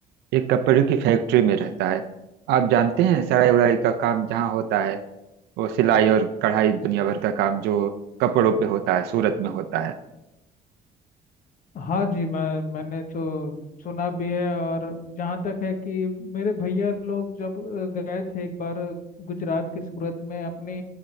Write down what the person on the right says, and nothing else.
एक कपड़े की फैक्ट्री में रहता है आप जानते हैं सिलाई उड़ाई का काम जहाँ होता है वो सिलाई और कढ़ाई दुनिया भर का काम जो कपड़ों पे होता है सूरत में होता है